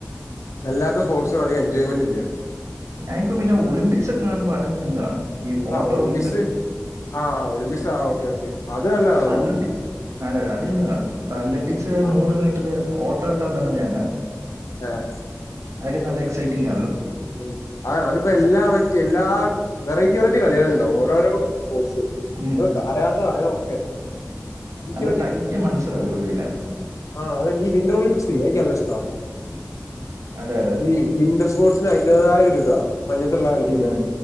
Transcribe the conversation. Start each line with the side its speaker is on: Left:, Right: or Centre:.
Left: അല്ലാത്ത സ്പോട്സും അധിക എൻജോയ്മെന് ഇല്ല
Right: ഞാഇപ്പ പിന്നെ ഒളിമ്പിക്സ് ഒക്കെ കാണ്പോട്ടം കാണും ഈ ഓട്ടവും
Left: ആഹ് ഒളിമ്പിക്സ്
Right: പിടുത്തവും
Left: ആഹ് ആഹ് ഒളിമ്പിക്സ് ആഹ് ഓക്കെ ഓക്കെ അത് നല്ലതാണല്ലോ
Right: അത്ലറ്റിക്സ് അത് അടിൽന്ന് കാണും അത്ലറ്റിക്സ്
Left: ആ
Right: നൂറ് മീറ്റർ ഓ ട്ട എണ്ട ഞാ കാണും
Left: ആഹ്
Right: അതൊക്കെ നല്ല എക്സൈറ്റിംഗ് ആണല്ലോ
Left: ഉം ആഹ് അതിപ്പോ എല്ലാ മറ്റെ എല്ലാ വെറൈറ്റി വെറൈറ്റി കളികളുണ്ടോ ഓരോരോ സ്പോർട്സ് നമ്മ
Right: ഉം
Left: അറിയാതോ അറിയോ ഒക്കെ എനിക്ക്
Right: നല്ല തടൈറ്റ് മത്സര വരുള്ളു പിന്നെ
Left: ആഹ് അതെ ഈ വിന്ദർ ഒലിമ്പിക്സ് ക്കല്ലഷ്ടാ
Right: അതെ അതെ
Left: ഈ വിന്ദർ സ്പോർ അതിന്റേതായ ഒരു ഇതാ മഞ്ഞത്തുള്ള കളിക്കക്കെ
Right: ഉം